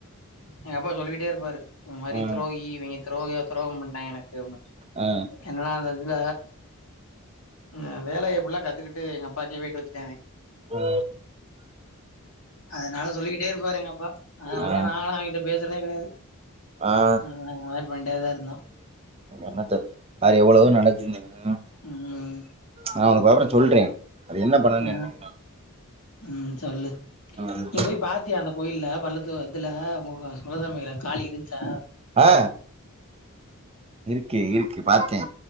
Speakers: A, on the left (about 80°); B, on the right (about 30°).
A: எங்க அப்பா சொல்லிக்கிட்டே இருப்பாரு இந்த மாரி
B: ஆ
A: துரோகி இவய்ங்க துரோக துரோக பண்ட்டாய்ங்க எனக்கு அப்டினு
B: ஆ
A: என்னனா அந்த இதுல அ வேலைய ஃபுல்லா கத்துக்கிட்டு எங்க அப்பாக்கே வேட்டு வச்சுட்டாய்ங்க
B: ஆ
A: அதுனால சொல்லிக்கிட்டே இருப்பாரு எங்க அப் ப்பா அதுனால
B: ஆ
A: நாங்களு அவய்கட்ட பேசுறதே கெடையாது
B: ஆ
A: <unintelligible> அந்த மாரி பண்ணிட்டேதா இருந்தோ
B: என்னத்த அது எவ்வளவோ நடக்கு <unintelligible>
A: ம்
B: நா அவனுக்கு வெவறொ சொல்றே அது என்ன பண்ணணு
A: ஆ.
B: என்ன
A: ம் சொல்லு
B: ம்.
A: நீ போய் பாத்தியா அந்த கோயில்ல பல்ல து இதுல உங்க ஒலக மீற காலி இருந்ச்சா
B: ஆ இருக்கு இருக்கு பாத்தே